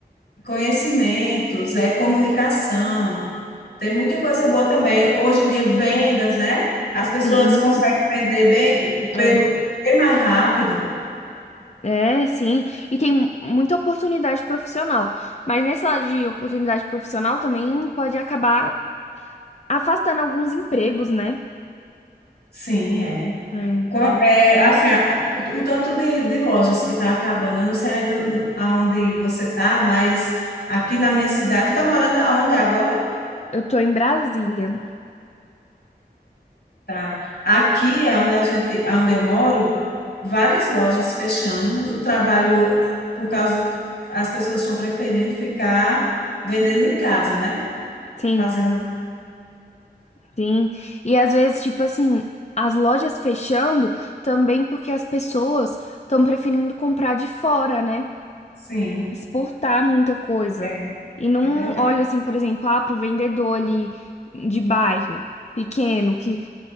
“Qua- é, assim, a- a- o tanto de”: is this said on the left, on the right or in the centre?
Left